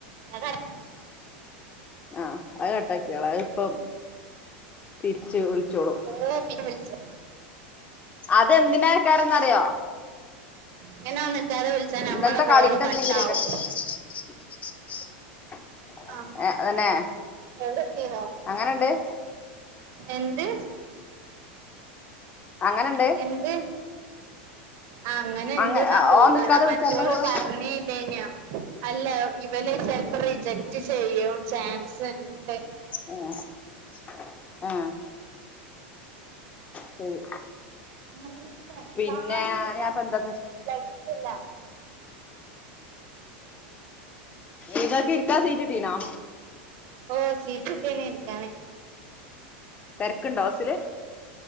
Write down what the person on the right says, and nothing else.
അ <unintelligible>
ഓഹ് പിൻ വിളിച്ച്
ങ്ങനോൻ നിക്കാതെ വിൾച്ചാ നമ്മളെ
കോള്
കട്ടാവും
ആഹ്‌
എവടെത്തിന്നോ
എന്ത്
ന്ത്‌ ആഹ്‌ അങ്ങനണ്ട്
ന്നാ തോന്നണ്
മറ്റോള്
പർഞ്ഞീല്യേന്യോ അല്ല ഇവല് ചെൽപ്പോ റിജക്ട് ചെയ്യും ചാൻസ് ഉണ്ട്
അറീല..
കാൺണില്ലാ
ലൈറ്റ്ല്ല
ഓഹ്‌ സീറ്റ്ട്ടീന് ഇരിക്കാന്